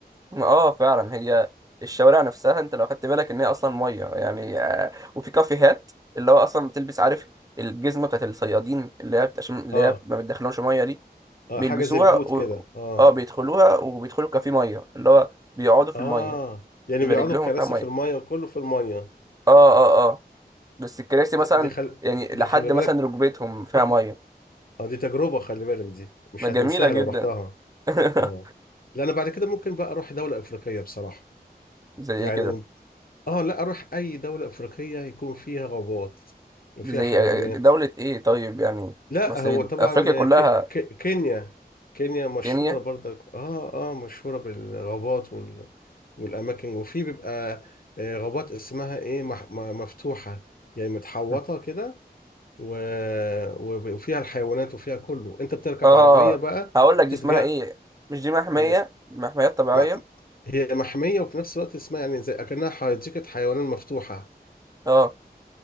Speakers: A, on the right; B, on the left.
A: اه فعلا هي الشوارع نفسها انت لو خدت بالك ان هي اصلا ميه يعني آه، وفي كافيهات اللي هو اصلا بتلبس عارف الجزمه بتاعت الصيادين اللي هي بت- عشان اللي
B: اه
A: هي ما بتدخلهمش ميه دي
B: اه
A: بيلبسوها
B: حاجه زي البوت
A: و...
B: كده اه
A: اه بيدخلوها وبيدخلوا كافيه ميه اللي هو بيقعدوا في
B: اه
A: الميه
B: يعني
A: بيبقى
B: بيقعدوا
A: رجلهم
B: الكراسي
A: فيها ميه
B: في الميه وكله في الميه
A: اه اه اه بس الكراسي مثلا
B: دي, دي خل
A: يعني
B: دي
A: لحد
B: خلي بالك
A: مثلا ركبتهم فيها ميه
B: اه دي تجربه خلي بالك دي مش
A: ما جميله
B: هتنساها
A: جدا
B: لو رحتها
A: <laughs>
B: اه لا انا بعد كده ممكن بقى اروح دوله افريقيه بصراحه
A: زي ايه
B: يعني
A: كده
B: اه لا اروح اي دولة افريقية يكون فيها غابات وفيها
A: زي
B: حيوانات
A: دولة ايه طيب يعني
B: لا
A: ما اصل
B: هو
A: في
B: طبعا
A: افريقيا كلها
B: ك... ك... كينيا كينيا مشهورة
A: كينيا
B: برضك اه اه مشهورة بالغابات وال... والاماكن وفي بيبقى آه، غابات اسمها ايه مح... م- مفتوحة يعني متحوطة
A: مم.
B: كده و... وب- وفيها الحيوانات وفيها كله انت بتركب
A: اه
B: عربية بقى
A: هقول لك
B: وبتتجا
A: دي اسمها ايه مش دي محمية
B: آه،
A: محميات طبيعية
B: مع- هي محمية وفي نفس الوقت اسمها يعني زي اكنها حديقة حيوانات مفتوحة
A: اه